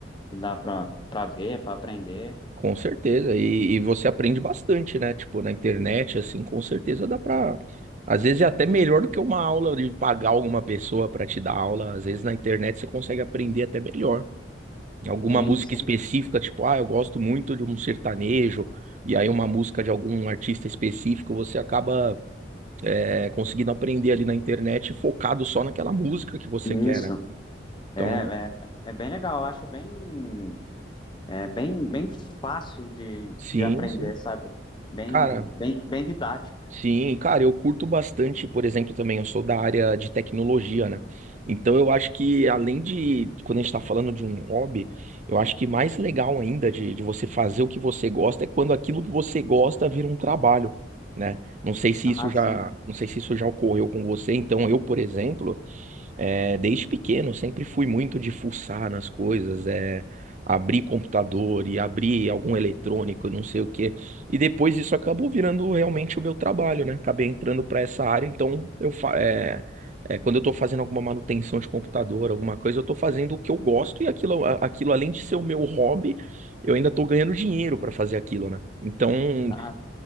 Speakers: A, on the left (about 25°); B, on the right (about 40°).
A: que dá pra, pra ver, pra aprender.
B: Com certeza. E, e você aprende bastante, né? Tipo, na internet, assim, com certeza dá pra. Às vezes é até melhor do que uma aula de pagar alguma pessoa pra te dar aula. Às vezes na internet você consegue aprender até melhor. Alguma
A: Sim,
B: música
A: sim.
B: específica, tipo, ah, eu gosto muito de um sertanejo, e aí uma música de algum artista específico, você acaba. é, conseguindo aprender ali na internet, focado só naquela música que você
A: Isso.
B: quer, né? Então,
A: É, é, é bem legal, eu acho bem, é, bem, bem fácil de,
B: sim,
A: de aprender,
B: sim.
A: sabe? Bem,
B: Cara,
A: bem, bem didático.
B: sim, cara, eu curto bastante, por exemplo, também, eu sou da área de tecnologia, né? Então, eu acho que, além de, quando a gente tá falando de um hobby, eu acho que mais legal ainda de, de você fazer o que você gosta é quando aquilo que você gosta vira um trabalho. Né? Não sei se isso
A: Ah,
B: já,
A: sim.
B: não sei se isso já ocorreu com você. Então, eu, por exemplo, É, desde pequeno, sempre fui muito de fuçar nas coisas, é, abrir computador e abrir algum eletrônico, não sei o quê. E depois isso acabou virando realmente o meu trabalho, né? Acabei entrando para essa área, então eu fa- é, é, quando eu estou fazendo alguma manutenção de computador, alguma coisa, eu estou fazendo o que eu gosto e aquilo, a- aquilo além de ser o meu hobby, eu ainda estou ganhando dinheiro para fazer aquilo, né? Então,
A: Ah,